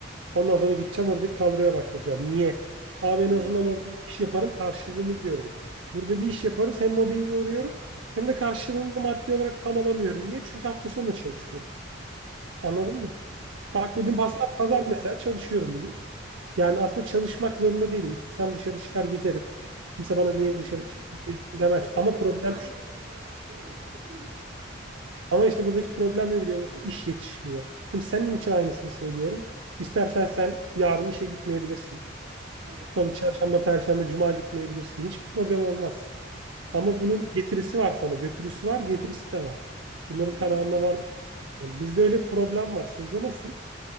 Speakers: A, on the right; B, on the right.
A: Ondan sonra gideceğim oradaki kadroya başvuracağım. Niye? Abi
B: Niye?
A: en azından orada bir iş yaparım, karşılığını görürüm. Burada bir iş yaparız, hem mobbinge uğruyorum hem de karşılığını maddi olarak tam alamıyorum. Niye? Çünkü hafta sonu da çalışıyorum. Anladın mı?
B: Evet
A: Bak bugün pazar,
B: ya.
A: pazar mesela çalışıyorum bugün. Yani aslında çalışmak zorunda değilim. İstesem dışarı çıkar gezerim. Kimse bana niye
B: Tabii
A: dışarı
B: canım.
A: çık gez demez.
B: Bir de bir
A: Ama
B: günün
A: problem
B: var
A: şu.
B: mesela, değil mi? Bir günün var yani.
A: Ama işte buradaki problem ne biliyor musun? İş yetişmiyor. Şimdi senin için aynısını söylüyorum. İstersen sen yarın işe gitmeyebilirsin.
B: Evet.
A: Salı, çarşamba, perşembe, cuma gitmeyebilirsin. Hiçbir problem olmaz.
B: Evet.
A: Ama bunun getirisi var sana. Götürüsü var, getirisi de var. Bunların
B: Aynen
A: kararına
B: öyle.
A: var. Bizde öyle bir problem var. Sizde nasıl?